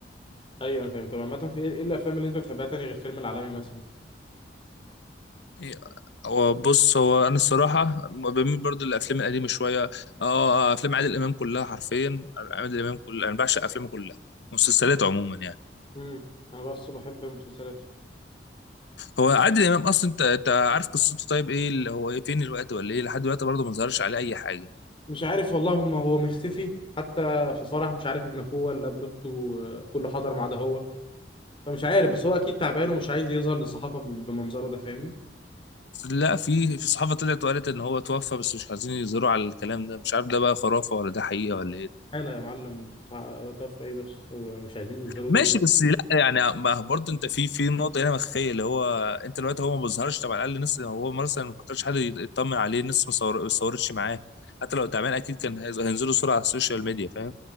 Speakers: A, on the left; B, on the left.
A: ايوه انا فاهم طب عامة في ايه إيه الافلام اللي انت بتحبها تاني غير فيلم العالمي مثلا
B: إيه، هو بص هو انا الصراحه بميل برضو للافلام القديمه شويه اه افلام عادل امام كلها حرفيا عادل امام كلها انا بعشق افلامه كلها مسلسلات عموما يعني
A: امم انا بس بحب مسلسلات
B: هو عادل امام اصلا انت انت عارف قصته طيب ايه اللي هو ايه فين الوقت ولا ايه لحد دلوقتي برضه ما ظهرش عليه اي حاجه
A: مش عارف والله هما هو مختفي حتى في فرح مش عارف ابن اخوه ولا ابن اخته آه، كله حضر ما عدا هو فمش عارف بس هو اكيد تعبان ومش عايز يظهر للصحافه ب- بمنظره ده فاهمني
B: لا في في صحافه طلعت وقالت ان هو توفى بس مش عايزين يظهروا على الكلام ده مش عارف ده بقى خرافه ولا ده حقيقه ولا ايه
A: حاله يا معلم صح- طف ايه بس هو مش عايزين يظهروا
B: ماشي
A: ليه
B: بس لا يعني ما هو برضه انت في في نقطه هنا مخفيه اللي هو انت دلوقتي هو ما بيظهرش طب على الاقل الناس هو مثلا ما كترش حد يطمن عليه الناس ما صور- ما صورتش معاه حتى لو تعبان اكيد كان هينزلوا صوره على السوشيال ميديا فاهم